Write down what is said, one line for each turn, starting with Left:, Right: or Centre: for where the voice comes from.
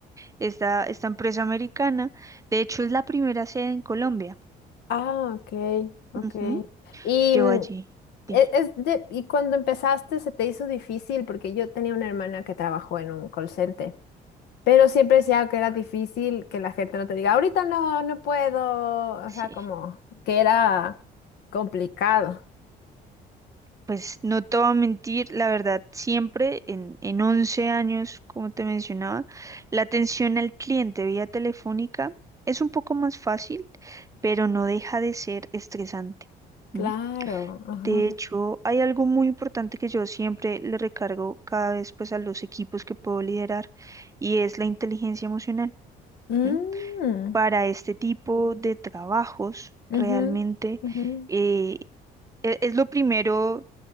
Right: esta, esta empresa americana, de hecho, es la primera sede en Colombia.
Left: Ah, ok, ok.
Right: Ujú,
Left: Y
Right: Yo
Left: mm,
Right: allí, dime.
Left: e- es de- y cuando empezaste se te hizo difícil porque yo tenía una hermana que trabajó en un call center. Pero siempre decía que era difícil que la gente no te diga, ahorita no, no puedo, o
Right: Sí.
Left: sea, como que era complicado.
Right: Pues no te voy a mentir, la verdad, siempre en, en 11 años, como te mencionaba, la atención al cliente vía telefónica es un poco más fácil, pero no deja de ser estresante.
Left: Claro,
Right: ¿m?
Left: ajá.
Right: De hecho, hay algo muy importante que yo siempre le recargo cada vez pues a los equipos que puedo liderar y es la inteligencia emocional.
Left: Mm,
Right: ¿m? Para este tipo de trabajos, realmente
Left: ujú, ujú.
Right: eh, e- es lo primero